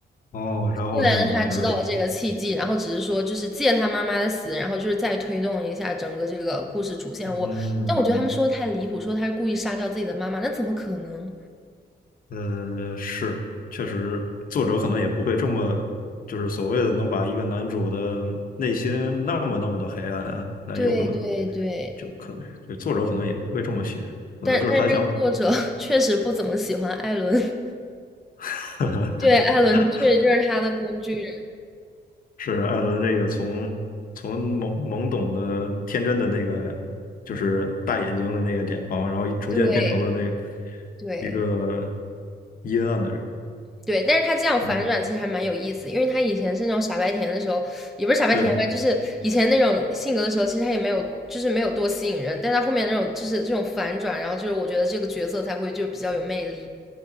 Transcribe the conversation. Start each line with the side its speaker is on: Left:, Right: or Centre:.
Left: 哦，然后就是
Centre: 未来的他知道了这个契机，然后只是说就是借他妈妈的死，然后就是再推动一下整个这个故事主线。
Left: 嗯
Centre: 我，但我觉得他们说的太离谱，说他是故意杀掉自己的妈妈，那怎么可能？
Left: 呃是，确实作者可能也不会这么就是所谓的能把一个男主的内心那么那么的黑暗，那有可能
Centre: 对对对，
Left: 就可就作者可能也不会这么写，可能就是他想，
Centre: 但但是这个作者 <laughs> 确实不怎么喜欢艾伦，
Left: <laughs> 呵
Centre: <laughs> 对，艾伦确实就是他的工具人，
Left: 呵是艾伦这个从从懵懵懂的天真的那个，就是大眼睛的那个脸庞，然后逐渐变成了那个
Centre: 对对。
Left: 一个阴暗的人。
Centre: 对，但是他这样反转其实还蛮有意思，
Left: 嗯，
Centre: 因为他以前是那种傻白甜的时候，也不是傻白甜吧，
Left: 对
Centre: 就是以前那种性格的时候，其实他也没有，就是没有多吸引人，但他后面那种就是这种反转，然后就是我觉得这个角色才会就比较有魅力。